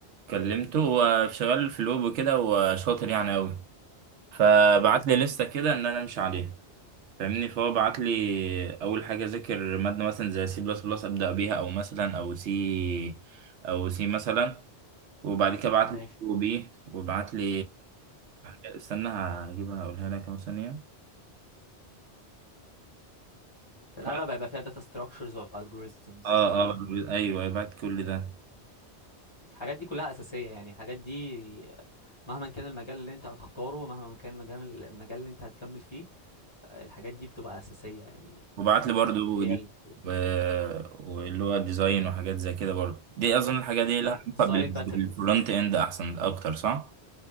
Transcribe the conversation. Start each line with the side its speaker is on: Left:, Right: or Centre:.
Right: كلمته هو شغال في الويب وكده وشاطر يعني قوي فبعت
Left: امم
Right: لي لستة كده ان انا امشي عليها فاهمني فهو بعت لي اول حاجه اذاكر ماده مثلا زي سي بلس بلس ابدا بيها او مثلا او سي او سي مثلا وبعد كده بعت
Left: ماشي
Right: لي وبي وبعت لي استنى هجيبها اقولها لك اهو ثانيه
Left: في
Right: ف-
Left: الاغلب هيبقى فيها داتا ستراكشرز والجوريزمز
Right: اه
Left: في الاغلب
Right: اه ايوه أيوه، بعت كل ده
Left: الحاجات دي كلها اساسية يعني الحاجات دي مهما كان المجال اللي انت هتختاره مهما كان المجال المجال اللي انت هتكمل فيه آه، الحاجات دي بتبقى اساسية يعني
Right: وبعت لي برضو
Left: هي
Right: دي
Left: الكور
Right: و... واللي هو ديزاين وحاجات زي كده برضو دي اظن الحاجات دي لها
Left: ديزاين
Right: علاقه بال-
Left: باترنز
Right: بالفرونت اند احسن اكتر صح